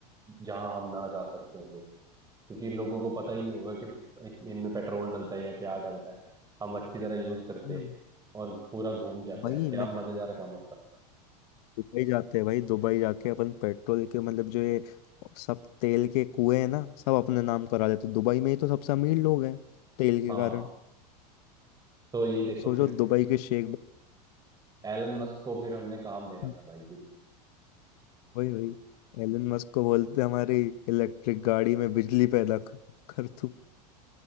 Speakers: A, on the right; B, on the left.
A: जहां हम ना जा सकते होंगे क्योंकि लोगों को पता ही नहीं होगा कि इनमें पेट्रोल डलता है या क्या डलता है हम अच्छी तरह यूज करते
B: हम्म।
A: और पूरा घूम के आते
B: भाई
A: यार क्या
B: मैं
A: मजेदार काम होता
B: दुबई जाते हैं भाई दुबई जाके अपन पेट्रोल के मतलब जो ये सब तेल के कुएं हैं ना सब अपने नाम करा देते दुबई में ही तो सबसे अमीर लोग हैं तेल के
A: हाँ
B: कारण
A: तो ये देखो
B: सोचो
A: फिर
B: दुबई के शेख
A: एलन मस्क को फिर हमने काम देना
B: भाई
A: था भाई फिर
B: भाई भाई एलन मस्क को बोलते हैं, हमारी इलेक्ट्रिक गाड़ी में बिजली पैदा कर कर तू